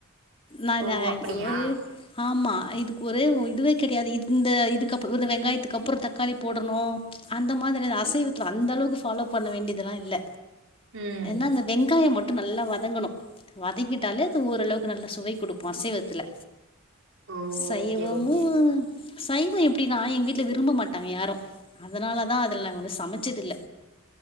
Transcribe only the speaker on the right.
ஓ அப்டியா
ம்
ஓ
ஓகே ஓகே